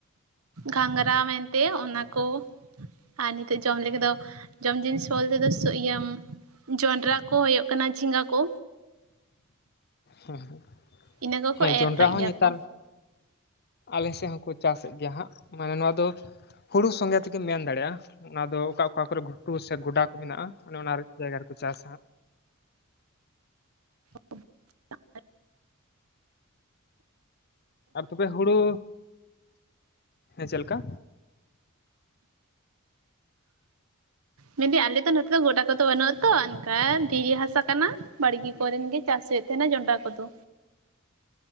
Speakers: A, on the right; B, on the left.
A: ᱜᱷᱟᱸᱝᱨᱟ ᱢᱮᱱᱛᱮ ᱚᱱᱟᱠᱚ ᱟᱨ ᱱᱤᱛᱳᱜ ᱡᱚᱢ ᱞᱟᱹᱜᱤᱫ ᱫᱚᱼᱼ ᱡᱚᱢ ᱡᱤᱱᱤᱥ ᱵᱚᱞᱛᱮ ᱫᱚ ᱤᱭᱟᱹ ᱡᱚᱸᱰᱨᱟ ᱠᱚ, ᱦᱩᱭᱩᱜ ᱠᱟᱱᱟ ᱡᱷᱤᱸᱜᱟ ᱠᱚ,
B: ᱦᱮᱸ
A: ᱤᱱᱟᱹ ᱠᱚᱠᱚ
B: ᱦᱮᱸ
A: ᱮᱨ
B: ᱡᱚᱱᱰᱨᱟ
A: ᱠᱟᱜ
B: ᱦᱚᱸ
A: ᱜᱮᱭᱟ
B: ᱱᱮᱛᱟᱨᱼᱼ
A: ᱠᱚ
B: ᱟᱞᱮ ᱥᱮᱫ ᱦᱚᱸᱠᱚ ᱪᱟᱥ ᱮᱫ ᱜᱮᱭᱟ ᱦᱟᱸᱜ ᱢᱟᱱᱮ ᱱᱚᱣᱟ ᱫᱚ ᱦᱩᱲᱩ ᱥᱚᱸᱜᱮᱼᱼ ᱪᱤᱠᱟᱹᱢ ᱢᱮᱱ ᱫᱟᱲᱮᱭᱟᱜᱼᱟ ᱚᱱᱟ ᱫᱚ ᱚᱠᱟ ᱚᱠᱟ ᱠᱚᱨᱮ ᱜᱷᱩᱴᱩ ᱥᱮ ᱜᱚᱰᱟ ᱠᱚ ᱢᱮᱱᱟᱜᱼᱟ ᱚᱱᱮ ᱚᱱᱟ ᱡᱟᱭᱜᱟ ᱨᱮᱠᱚ ᱪᱟᱥᱟ᱾
A: <unintelligible>
B: ᱟᱨ ᱛᱚᱵᱮ ᱦᱩᱲᱩ, ᱦᱮᱸ ᱪᱮᱫ ᱞᱮᱠᱟ?
A: ᱢᱮᱱᱫᱟᱹᱧ ᱟᱞᱮᱚ ᱱᱚᱛᱮ ᱫᱚ ᱜᱚᱴᱟ ᱠᱚᱫᱚ ᱵᱟᱹᱱᱩᱜ-ᱟ ᱛᱚ ᱚᱱᱠᱟ ᱫᱷᱤᱨᱤ ᱦᱟᱥᱟ ᱠᱟᱱᱟ᱾ ᱵᱟᱲᱜᱮ ᱠᱚᱨᱮᱱ ᱜᱮ ᱪᱟᱥ ᱦᱩᱭᱩᱜᱮᱫ ᱛᱟᱦᱮᱱᱟ ᱡᱚᱱᱰᱨᱟ ᱠᱚᱫᱚᱼᱼ